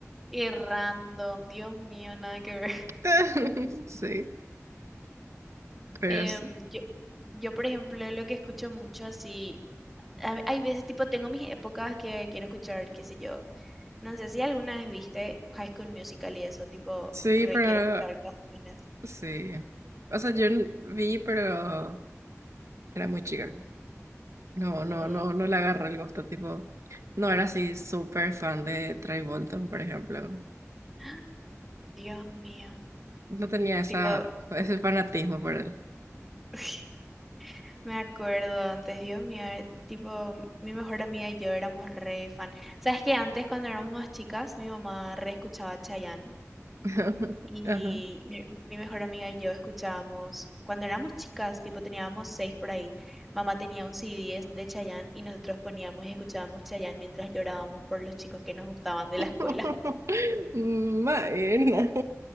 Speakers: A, in the centre; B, on the right.
A: Y random, Dios mío, nada que ver. <laughs>
B: <laughs> Sí. Pero
A: Em,
B: sí.
A: yo, yo, por ejemplo, lo que escucho mucho así, a- hay veces tipo, tengo mis épocas que quiero escuchar, qué sé yo. No sé si alguna vez viste High School Musical y eso, tipo,
B: Sí,
A: re
B: pero
A: quiero escuchar canciones.
B: sí. O sea, yo n- vi, pero era muy chica. No, no,
A: Mm,
B: no, no le agarré el gusto, tipo. No era así súper fan de Troy Bolton, por ejemplo.
A: <gasps> Dios mío.
B: No tenía esa,
A: Tipo,
B: ese fanatismo por él.
A: <laughs> me acuerdo antes, Dios mío, eh, tipo, mi mejor amiga y yo éramos re fan. ¿Sabes que Antes, cuando éramos más chicas, mi mamá re escuchaba Chayanne.
B: <laughs>
A: Y
B: Ajá.
A: mi, mi mejor amiga y yo escuchábamos, cuando éramos chicas, tipo teníamos seis por ahí, mamá tenía un C CD de Chayanne y nosotros poníamos y escuchábamos Chayanne mientras llorábamos por los chicos que nos gustaban de
B: <laughs>
A: la escuela. <laughs>
B: Maena.